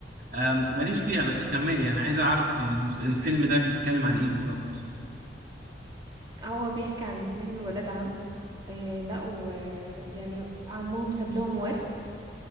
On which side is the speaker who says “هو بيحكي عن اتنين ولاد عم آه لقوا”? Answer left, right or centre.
Right